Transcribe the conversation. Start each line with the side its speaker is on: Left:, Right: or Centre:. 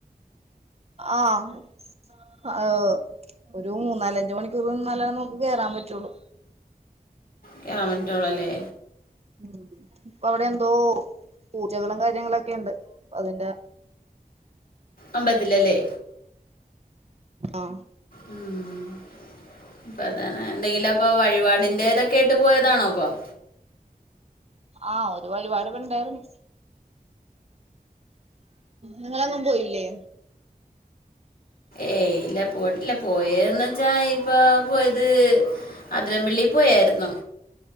Right: ആഹ് അഹ് ഒരു മൂന്നാലഞ്ച് മണിക്കൂർ നിന്നാലാണ് നമുക്ക് കേറാൻ പറ്റുള്ളൂ
Left: കേറാൻ പറ്റോളല്ലേ.
Right: ഉം. ഇപ്പ അവിടെ എന്തോ പൂജകളും കാര്യങ്ങളൊക്കെയ്ണ്ട്. അപ്പ അതിന്റെ
Left: അമ്പത്തിലല്ലേ
Right: ആഹ്
Left: ഉം അപ്പ അതാണ് ഇങ്ങെങ്കിലപ്പൊ വഴിപാടിൻ്റേതൊക്കെ ആയിട്ട് പോയതാണോ അപ്പം
Right: ആഹ് ഒരു വഴിപാട് ബടണ്ടായിരുന്നു. നിങ്ങളെങ്ങും പോയില്ലേ?
Left: ഏയ് ഇല്ല പോയിട്ടില്ല. പോയേണ് വച്ചാ ഇപ്പൊ പോയത് അതിരംപിള്ളി പോയായിരുന്നു